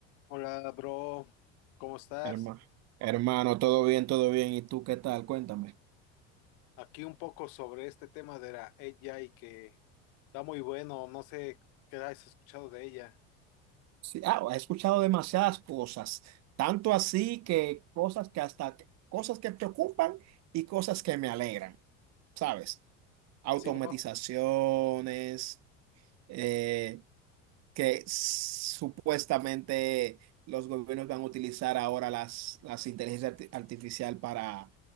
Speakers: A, on the left; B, on the right.
A: Hola, bro, ¿cómo estás?
B: Hermano, hermano, todo bien, todo bien. ¿Y tú qué tal? Cuéntame.
A: Aquí un poco sobre este tema de la AI que da muy bueno, no sé qué has escuchado de ella.
B: Sí, ah, he escuchado demasiadas cosas, tanto así que cosas que hasta cosas que preocupan y cosas que me alegran, ¿sabes? Automatizaciones,
A: Sí, bro.
B: eh, que supuestamente los gobiernos van a utilizar ahora las, las inteligencias arti- artificial para